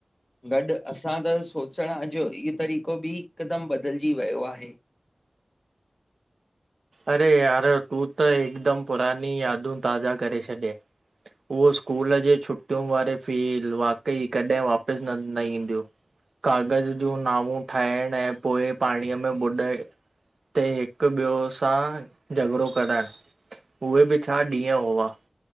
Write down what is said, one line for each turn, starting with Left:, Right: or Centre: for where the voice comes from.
Left: गॾ, असां त सोचणु अॼ इहो तरीक़ो बि हिकदम बदलजी वयो आहे।
Right: अरे यार तूं त हिकदम पुरानी यादूं ताज़ा करे छॾय। उहो स्कूल जी छुटियूं वारे फिल वाकई कॾहिं वापसि न, न ईंदियूं। काग़ज़ जूं नऊूं ठाहिण ऐं पोइ पाणीअ में बुॾाए ते हिकु, ॿियो? हा झगिड़ो कराइण, उहे बि छा ॾींहं हुआ।